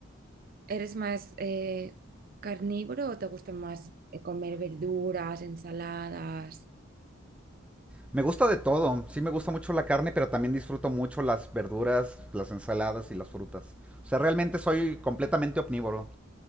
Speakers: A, on the right; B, in the centre.
A: eres más eh, carnívoro o te gusta más eh, comer verduras, ensaladas?
B: Me gusta de todo, sí me gusta mucho la carne, pero también disfruto mucho las verduras, las ensaladas y las frutas. O sea, realmente soy completamente omnívoro,